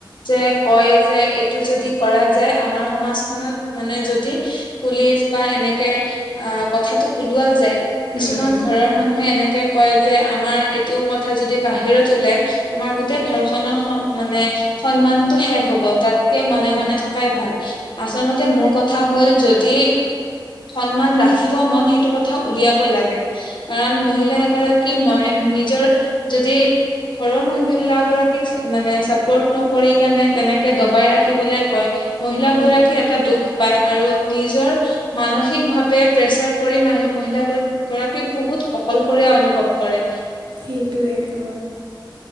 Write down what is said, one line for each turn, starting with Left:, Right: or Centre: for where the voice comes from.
Left: যে কয় যে এইটো যদি কৰা যায় আমাৰ সমাজখনত মানে যদি পুলিচ বা এনেকে অ কথাটো ওলোৱা যায় কিছুমান
Right: উম উম
Left: ঘৰৰ মানুহে এনেকে কয় যে আমাৰ এইটো কথা যদি বাহিৰত ওলাই। আমাৰ গোটেই
Right: উম
Left: ঘৰখনৰ মানে সন্মানতটো শেষ হ'ব তাত মনে
Right: অ
Left: মনে থকাই ভাল আচলতে মোৰ কথা হল যদি সন্মান ৰাখিব মন সেইটো কথা উলিয়াব লাগে কাৰণ মহিলা গৰাকী মনে নিজৰ যদি ঘৰৰ মহিলা গৰাকীক মানে চাপৰ্ট নকৰি কাৰণে তেনেকে দবাই ৰাখিবলে কয় মহিলাাগৰাকীয়ে
Right: উম
Left: এটা দুখ পায় আৰু নিজৰ মান মানসিকভাৱে প্ৰেছাৰ পৰি মহিলৰাক বহুত অকল অনুভৱ কৰে।
Right: সেইটোৱে অ